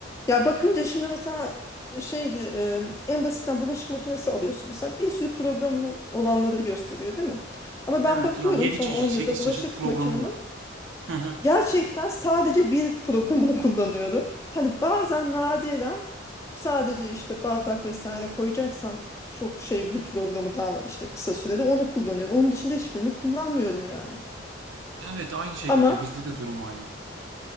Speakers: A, on the left; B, on the right.
A: ya bakınca şimdi mesela şeydi e, en basitten bulaşık makinesi alıyorsun mesela bir sürü programı olanları gösteriyor değil mi? Ama
B: Evet
A: ben bakıyorum
B: ya 7
A: son
B: çeşit
A: 10 yılda
B: 8
A: bulaşık
B: çeşit programı
A: makinemin
B: var. Hı hı.
A: gerçekten sadece bir programını <laughs> kullanıyorum. Hani bazen nadiren sadece işte bardak vesaire koyacaksam çok şey bir programı daha var işte kısa süreli onu kullanıyorum. Onun dışında hiçbirini kullanmıyorum yani.
B: Evet aynı şekilde
A: Ama
B: bizde de durum aynı.